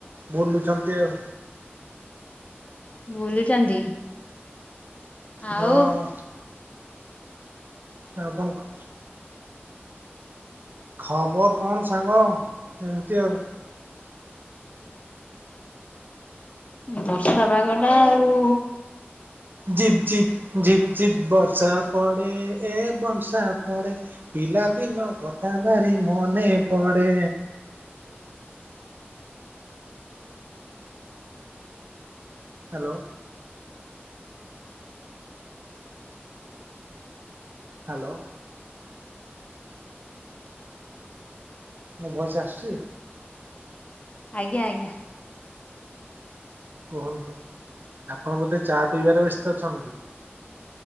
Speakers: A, on the right (about 50°); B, on the left (about 30°).
A: ବୁଲୁଛନ୍ତି ଆଉ।
B: ବୁଲୁଚନ୍ତି ଆଉ।
A: ହଁ ଆଉ କଣ କ। ଖବର କଣ ସାଙ୍ଗ ଏମିତି ଆଉ।
B: ବର୍ଷା ପାଗ ଟା ଆଉ।
A: ଜିପ୍ ଜିପ୍ ଜିପ୍ ଜିପ୍ ବର୍ଷା ପଡ଼େ ଏ ବର୍ଷା ପଡ଼େ। ପିଲା ଦିନ କଥା ବାରି ମନେ ପଡେ। ହ୍ୟାଲୋ? ହାଲୋ। ମୋ ଭଏସ ଆସୁଚି?
B: ଆଜ୍ଞା ଆଜ୍ଞା।
A: କୁହନ୍ତୁ ଆପଣ ବୋଧେ ଚା ପିଇବାରେ ବ୍ୟସ୍ତ ଅଛନ୍ତି?